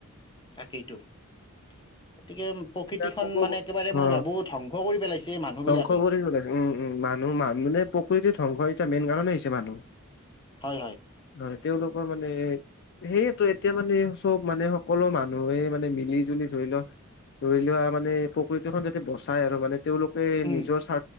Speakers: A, on the left (about 20°); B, on the left (about 50°).
A: তাকেইটো গতিকে। প্ৰকৃতিখন
B: এতিয়া ক'ব
A: মানে
B: গ-
A: একেবাৰে
B: অ
A: মই ভাবোঁ, ধ্বংস কৰি পেলাইছে মানুহবিলাকে।
B: ধ্বংস কৰি পেলাইছে উম' উম' মানুহ মা মানে প্ৰকৃতিৰ ধ্বংস এতিয়া মেইন কাৰণে হৈছে মানুহ।
A: হয়, হয়।
B: হয়, তেওঁলোকৰ মানে। সেইটোৱে এতিয়া মানে চব মানে সকলো মানুহে মানে মিলি জুলি ধৰি লওঁ। ধৰি লোৱা মানে প্ৰকৃতিখন যাতে বচাই আৰু মানে তেওঁলোকে
A: উম
B: নিজৰ স্বা